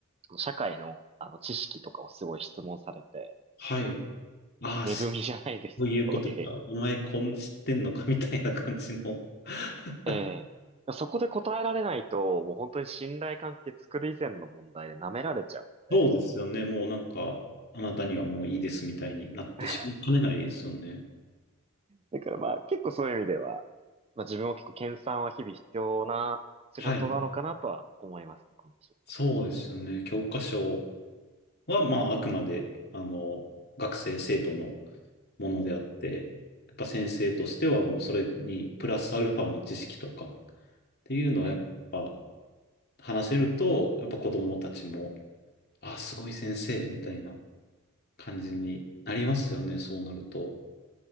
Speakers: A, on the right (about 25°); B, on the left (about 50°).
A: 社会の、あの知識とかをすごい質問されて、
B: はい。ああ、
A: 値踏みじゃないですけど、
B: しそういうことか。
A: <laughs> ええ、
B: お前、こん、知ってんのかみたいな感じの。<laughs>
A: ええ、そこで答えられないと、もう本当に信頼関係作る以前の問題で舐められちゃうので、
B: そうですよね。もうなんか、あなたにはもういいですみたいになってしまいかねないですよね。
A: <laughs> だからまあ結構そういう意味では、まあ自分も結構研鑽は日々必要な仕事なのかなとは思いますね、
B: はい。
A: この仕事。
B: そうですよね。教科書は、まあ、あくまで、あの、学生、生徒のものであって、
A: ええ
B: やっぱ先生としてはもうそれに、プラスアルファの知識とかっていうのをやっぱ
A: ええ、
B: 話せると、やっぱ子供たちも、あ、すごい先生、みたいな感じになりますよね、そうなると。